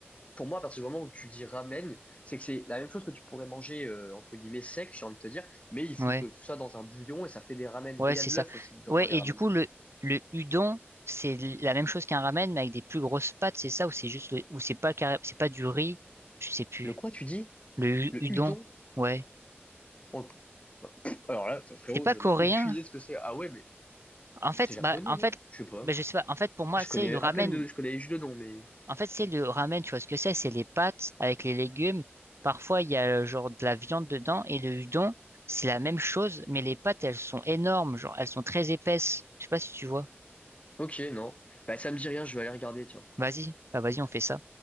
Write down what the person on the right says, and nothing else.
Ouais.
Ouais,
c'est
ça.
Ouais,
et
du coup, le, le udon, c'est l- la même chose qu'un ramen, mais avec des plus grosses pâtes, c'est ça? Ou c'est juste, le- ou c'est pas, carré- c'est pas du riz? Je sais plus.
Le u-
udon.
Ouais.
C'est pas
coréen.
En fait,
bah, en
fait,
bah, je sais pas. En fait, pour moi,
c'est
le ramen.
En fait, c'est le ramen, tu vois ce que c'est? C'est les pâtes avec les légumes. Parfois, il y a euh, genre de la viande dedans et le udon, c'est la même chose, mais les pâtes, elles sont énormes, genre elles sont très épaisses. Je sais pas si tu vois.
Vas-y, bah vas-y, on fait ça.